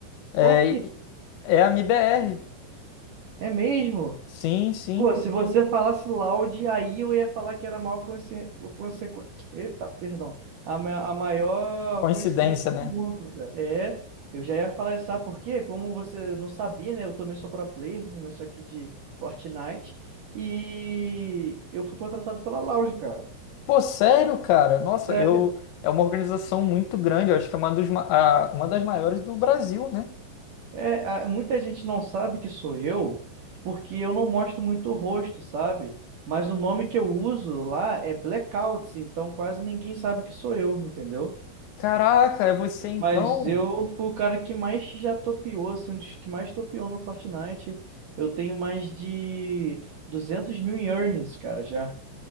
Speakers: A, on the left; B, on the right.
A: É,
B: Qual que
A: e- é a MIBR.
B: é mesmo?
A: Sim, sim.
B: Pô, se você falasse Loud, aí eu ia falar que era a maior consequência. Eita, perdão. A, ma- a maior
A: Coincidência,
B: coincidência
A: né?
B: do mundo, cara. É, eu já ia falar isso, sabe por quê? Como você não sabia, né? Eu também sou pro player, né, mas só que de Fortnite. E eu fui contratado pela Loud, cara.
A: Pô, sério, cara? Nossa,
B: Sério.
A: eu é uma organização muito grande. Eu acho que é uma, dos, ma- a- uma das maiores do Brasil, né?
B: É, a- muita gente não sabe que sou eu, porque eu não mostro muito o rosto, sabe? Mas o nome que eu uso lá é Blackouts, então quase ninguém sabe que sou eu, entendeu?
A: Caraca, é você então?
B: Mas eu fui o cara que mais já topeou, assim, um dos que mais topeou no Fortnite. Eu tenho mais de 200 mil em earnings, cara, já.